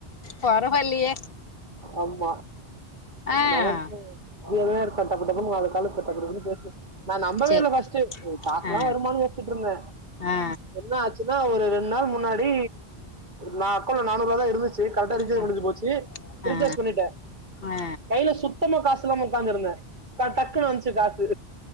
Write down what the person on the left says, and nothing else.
பரவாயில்லையே
ஆ
சரி
ஆ
ஆ
ஆ ஆ
ஆ
ஆ